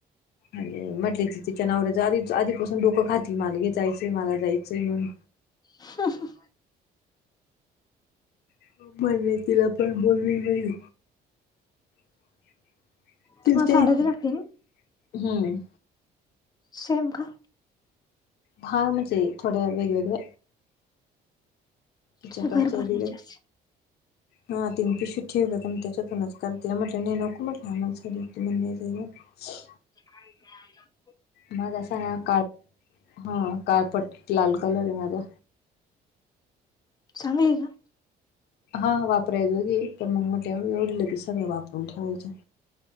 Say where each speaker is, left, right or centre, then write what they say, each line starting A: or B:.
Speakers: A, on the left (about 75°); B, on the left (about 25°).
A: आणि म्हटलं ति तिच्या नवऱ्याच आधी आधीपासून डोंक खाती मल घे जायचंय मला जायचंय म्हणुन
B: <unintelligible>
A: <unintelligible> तिला पण बोलली नाही मी. <unintelligible>
B: तुम्हाला साड्या दिल्या का तिने?
A: हम्म.
B: सेम का?
A: हा. म्हणजे थोड्या वेगवेगळ तिच्या
B: तुझे घर भरणीचे
A: <unintelligible> दिले.
B: असतील
A: हा तिन पिशू ठेवलं तर म त्याच्यातूनच करतील म्हटलं नाही नको म्हटलं आम्हाला <unintelligible> <unintelligible>
B: कायजा न --
A: माझा अस ना काळ हा काळपट्ट लाल कलर ए माझा.
B: चांगली का?
A: हा वापराय जोगी हाय पण मग म्हटल्या एवढलं की सगळं वापरून ठेवायच्या.